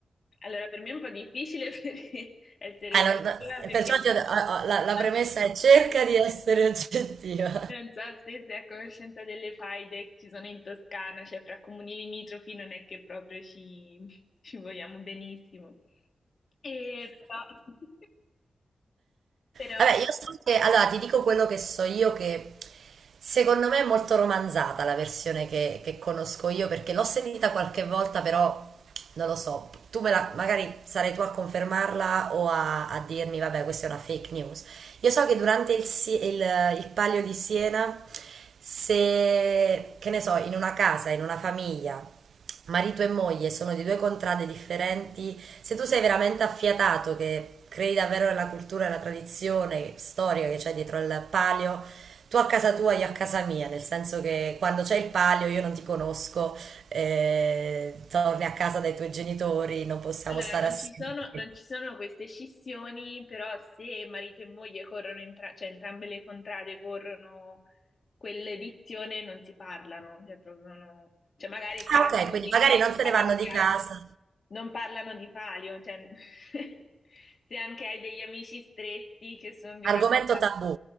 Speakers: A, on the left (about 50°); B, on the right (about 85°).
A: allora, per me è un po' difficile <laughs> perché essere
B: Ah,
A: oggettiva
B: non- no,
A: perché
B: perciò ti
A: ci
B: ho- ho-
A: sono-
B: ho- la, la
A: non...
B: premessa è cerca
A: <laughs>
B: di essere oggettiva.
A: non so se sei a conoscenza delle faide che ci sono in Toscana, cioè fra comuni limitrofi non è che proprio ci, <laughs> ci vogliamo benissimo. E però... <laughs> però
B: Vabbè,
A: la-
B: io so che, allora ti dico quello che so io, che secondo me è molto romanzata la versione che, che conosco io, perché l'ho sentita qualche volta, però non lo so, tu me la, magari sarai tu a confermarla o a, a dirmi, vabbè, questa è una fake news. Io so che durante il, Si- il, il Palio di Siena, se, che ne so, in una casa, in una famiglia, Marito e moglie sono di due contrade differenti. Se tu sei veramente affiatato, che credi davvero nella cultura e nella tradizione storica che c'è dietro al palio, tu a casa tua, io a casa mia, nel senso che quando c'è il palio io non ti conosco, eh, torni a casa dai tuoi genitori, non possiamo
A: Allora,
B: stare
A: non
B: assieme.
A: ci sono, non ci sono queste scissioni, però se marito e moglie corrono, entra- cioè entrambe le contrade corrono quell'edizione, non si parlano, cioè, proprio no- cioè magari parlano
B: Ah, ok, quindi
A: di
B: magari
A: figli,
B: non se
A: parlano
B: ne vanno
A: di
B: di
A: altri,
B: casa.
A: non parlano di palio, cioè, <laughs> se anche hai degli amici stretti che sono di una
B: Argomento
A: contrada,
B: tabù,